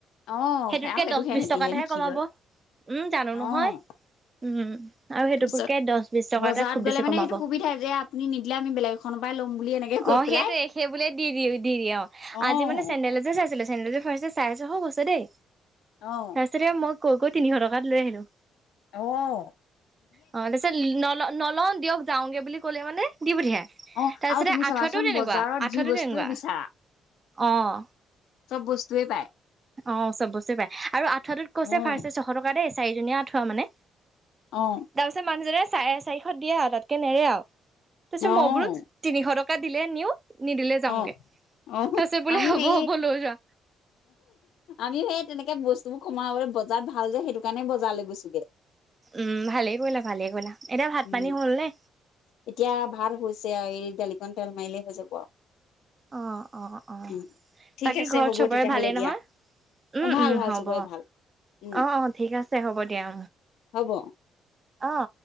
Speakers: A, on the left (about 85°); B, on the right (about 20°).
A: অ',
B: সেইটোতকে
A: আৰু সেইটো
B: দহ
A: সেহেঁতিহে
B: বিশ টকাতহে
A: লিখি
B: কমাব
A: লয়
B: উম জানো
A: অ',
B: নহয় উম আৰু সেইটোকে
A: তাৰপিছত
B: দহ বিশ টকা
A: বজাৰত
B: এটা খুব বেছি
A: গ'লে মানে
B: কমাব
A: সেইটো সুবিধা যে আপুনি নিদিলে আমি বেলেগ এখনৰ পৰাই ল'ম বুলি এনেকে কৈ
B: অহ
A: পেলাই
B: সেইটোয়ে সেই বুলিয়ে দি দিয়ে অহ
A: অ',
B: আজি মানে চেণ্ডেল এজোৰ চাইছিলো চেণ্ডেল জোৰ ফাষ্টততে চাৰে ছশ কৈছে দেই
A: অ',
B: তাৰ পিছতে মই কৈ কৈ তিনিশ টকাত লৈ আহিলো
A: অহ
B: অহ তাৰপিছত ন নলও দিয়ক যাওঁগে বুলি কলে মানে দি পঠিয়াই
A: অ',
B: তাৰপিছতে
A: আৰু তুমি চাবাচোন
B: আঠুৱাটো তেনেকুৱা
A: বজাৰত
B: আঠুৱাটো
A: যি বস্তুৱে
B: তেনেকুৱা
A: বিচাৰা
B: অহ
A: চব বস্তুয়ে পায়
B: অহ চব বস্তুৱে পায় আৰু আঠুৱাটোত কৈছে
A: অ',
B: ফাৰ্ষ্ট ছশ টকা দেই চাৰিজনীয়া আঠুৱা মানে
A: অ',
B: তাৰপিছত মানুহজনে চাৰে চাৰিশত দিয়ে আৰু তাতকে নেৰে আৰু তাৰপিছত
A: অ',
B: মই বোলো তিনিশ টকা দিলে নিও নিদিলে যাওঁগে
A: অহ ও <unintelligible>
B: তাৰপিছত বোলে
A: আমি
B: হ'ব
A: হে
B: হ'ব লৈ যোৱা
A: আমিও সেই তেনেকে বস্তুবোৰ কমাবলৈ বজাৰ ভাল যে সেইটো কাৰণে বজাৰ লে গৈছোগে
B: উম ভালে কৰিলা ভালে কৰিলা এতিয়া ভাত
A: উম
B: পানী হ'ল নে
A: এতিয়া ভাত হৈছে আৰু এই দালিকন তেল মাৰিলেই হৈ যাব আৰু
B: অ অ অ
A: উম ঠিক
B: বাকী
A: আছে
B: ঘৰত
A: হ'ব
B: চবৰে
A: তেতিয়াহ'লে
B: ভালেই নহয়
A: দিয়া অ
B: উম
A: ভাল
B: উম
A: ভাল
B: হ'ব
A: চবৰে ভাল উম
B: অ অ ঠিক আছে হ'ব দিয়া
A: হ'ব
B: অ অ